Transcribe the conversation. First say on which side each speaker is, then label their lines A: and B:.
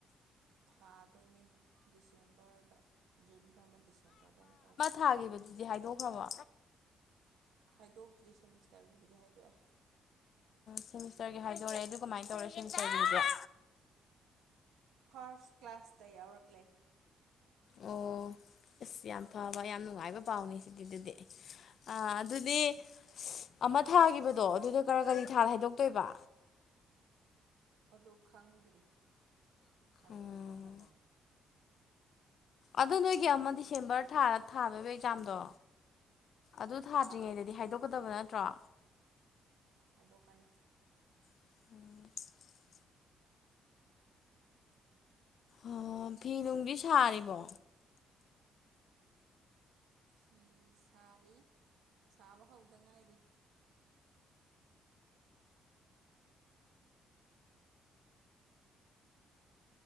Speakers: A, on the right; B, on the left.
A: ꯊꯥꯗꯣꯏꯅꯤ ꯗꯤꯁꯦꯝꯕꯔꯗ ꯖꯨꯟꯗ ꯑꯃ ꯗꯤꯁꯦꯝꯕꯔꯗ ꯑꯃ ꯇꯧꯕ
B: ꯊꯥꯈꯤꯕꯗꯨꯗꯤ ꯍꯥꯏꯗꯣꯛꯈ꯭ꯔꯕꯣ
A: ꯍꯥꯏꯗꯣꯛꯇ꯭ꯔꯤ ꯁꯦꯃꯤꯁꯇꯔꯒꯤꯕꯨꯗꯤ ꯍꯥꯏꯗꯣꯛꯑꯦ
B: ꯁꯦꯃꯤꯁꯇꯔꯒꯤ ꯍꯥꯏꯗꯣꯛꯔꯦ ꯑꯗꯨ ꯀꯃꯥꯏꯅ ꯇꯧꯔꯦ ꯁꯦꯃꯤꯁꯇꯔꯒꯤꯗꯤ
A: ꯐꯥꯔꯁ ꯀ꯭ꯂꯥꯁꯇ ꯌꯥꯎꯔꯛꯂꯦ
B: ꯑꯣ ꯑꯁ ꯌꯥꯝ ꯐꯕ ꯌꯥꯝ ꯅꯨꯡꯉꯥꯏꯕ ꯄꯥꯎꯅꯤ ꯁꯤꯗꯤ ꯑꯗꯨꯗꯤ ꯑ ꯑꯗꯨꯗꯤ ꯑꯃ ꯊꯥꯈꯤꯕꯗꯣ ꯑꯗꯨꯗ ꯀꯔ ꯀꯔꯤ ꯊꯥ ꯍꯥꯏꯗꯣꯛꯇꯣꯏꯕ
A: ꯑꯗꯨ ꯈꯪꯗ꯭ꯔꯤ ꯍꯥꯏꯗꯣꯔꯛꯄꯒꯤ
B: ꯎꯝ
A: ꯃꯇꯝꯗꯣ
B: ꯑꯗꯨ ꯅꯣꯏꯒꯤ ꯑꯃ ꯗꯤꯁꯦꯝꯕꯔ ꯊꯥꯗ ꯊꯥꯗꯣꯏꯕ ꯑꯦꯛꯖꯥꯝꯗꯣ ꯑꯗꯨ ꯊꯥꯗ꯭ꯔꯤꯉꯩꯗꯗꯤ
A: ꯑꯥ
B: ꯍꯥꯏꯗꯣꯛꯀꯗꯕ ꯅꯠꯇ꯭ꯔꯣ
A: ꯍꯥꯏꯗꯣꯛꯀꯅꯤ
B: <unintelligible> ꯑꯣ ꯐꯤ ꯅꯨꯡꯗꯤ ꯁꯥꯔꯤꯕꯣ
A: ꯐꯤ ꯁꯥꯔꯤ ꯁꯥꯕ ꯍꯧꯗ ꯉꯥꯏꯔꯤ